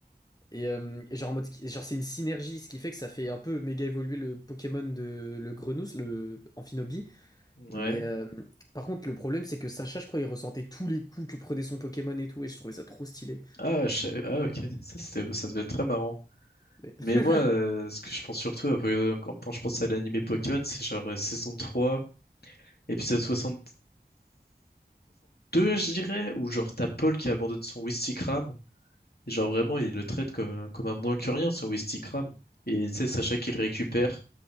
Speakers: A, on the left (about 20°); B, on the left (about 70°).
A: Et, euh, et genre, en mode, et genre c'est une synergie, ce qui fait que ça fait un peu méga évoluer le Pokémon de le Grenousse, le Amphinobi.
B: ouais.
A: Mais euh, par contre, le problème, c'est que Sacha, je crois, il ressentait tous les coups que prenait son Pokémon et tout, et je trouvais ça trop stylé.
B: Ah, je sais- ah ok, <laughs> ça, c'était, ça devait être très marrant.
A: Mais... <laughs>
B: Mais moi, euh, ce que je pense surtout un peu, euh, quand, quand je pense à l'animé Pokémon, c'est genre euh, saison 3, épisode soixante deux je dirais, où genre t'as Paul qui abandonne son Wistikram. Et genre vraiment, il le traite comme, comme un moins que rien, son Wistikram. Et tu sais, Sacha qui le récupère.